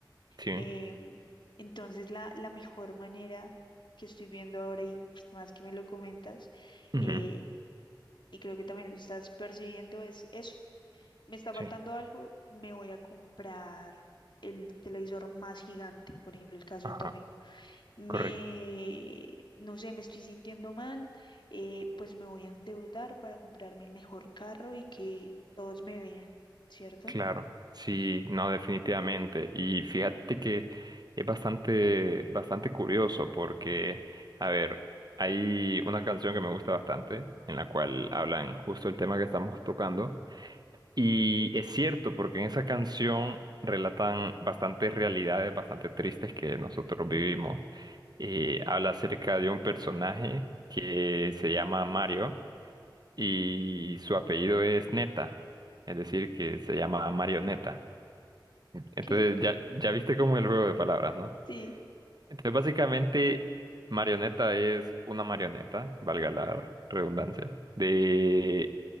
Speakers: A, on the right; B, on the left.
A: Sí.
B: Em, entonces, la, la mejor manera que estoy viendo ahora y pues, más que me lo comentas,
A: Ujú.
B: eh, y creo que también lo estás percibiendo, es eso. Me está faltando
A: Sí.
B: algo, me voy a comprar el televisor más gigante, por ejemplo, el caso
A: Ajá.
B: de Tommy. Me,
A: Correcto.
B: no sé, me estoy sintiendo mal, eh, pues me voy a endeudar para comprarme el mejor carro y que todos me vean, ¿cierto?
A: Claro, sí, no, definitivamente. Y fíjate que es bastante, bastante curioso porque, a ver, hay una canción que me gusta bastante, en la cual hablan justo el tema que estamos tocando. Y es cierto, porque en esa canción relatan bastantes realidades bastante tristes que nosotros vivimos. Eh, habla acerca de un personaje que se llama Mario y su apellido es Neta, es decir, que se llama Marioneta. Entonces
B: Ok,
A: ya, ya viste como el juego de palabras, ¿no?
B: sí.
A: Entonces básicamente marioneta es una marioneta, valga la redundancia, de